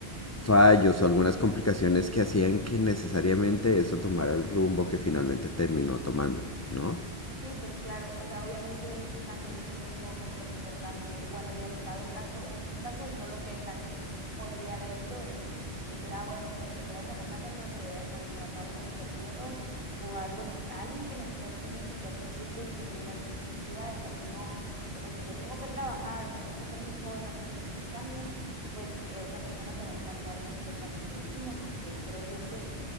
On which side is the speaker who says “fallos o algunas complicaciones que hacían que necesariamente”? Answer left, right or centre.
Left